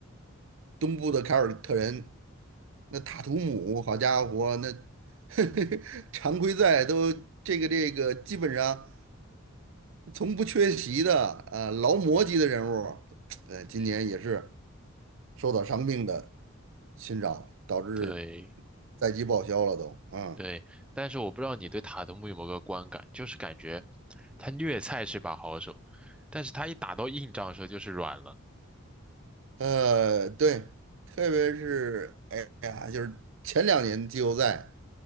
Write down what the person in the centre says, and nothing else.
嗯
嗯，
对
对，但是我不知道你对塔图姆有没有个观感，就是感觉他虐菜是把好手，但是他一打到硬仗的时候就是软了。